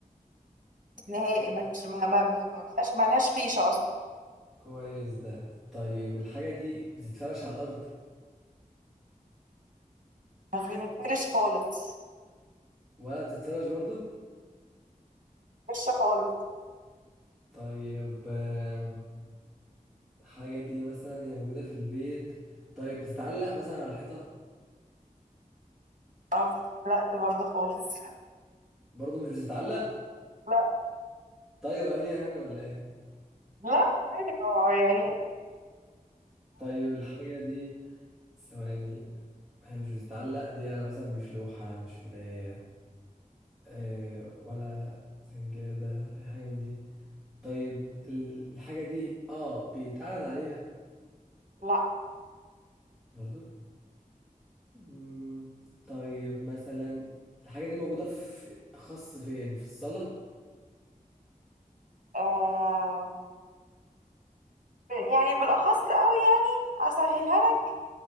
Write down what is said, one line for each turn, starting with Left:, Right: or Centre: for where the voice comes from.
Right: نهائي مش ما ما ما فيهاش ملهاش فيشة اصلا
Centre: كويس ده طيب الحاجه دي بتتفرش على الارض
Right: مش بنتفرش خالص
Centre: ولا بتتفرش برضو
Right: فيشة خالص
Centre: طيب آه، الحاجه دي مثلا هي موجوده في البيت طيب بتتعلق مثلا على الحيطه
Right: اه لا برضه خالص
Centre: برضو مش بتتعلق
Right: لا
Centre: طايره هي يعني ولا ايه
Right: لا حاجة يعني
Centre: طيب الحاجه دي ثواني هي مش بتتعلق دي يعني مثلا مش لوحه مش مرايه آه، ولا سجادة أي حاجة من دي طيب ال- الحاجة دي اه بيتقعد عليها
Right: لا
Centre: برضو مم، طيب مثلا الحاجة دي موجودة في أخص فين في الصالة
Right: آه يعني بالأخص قوي يعني أسهلها لك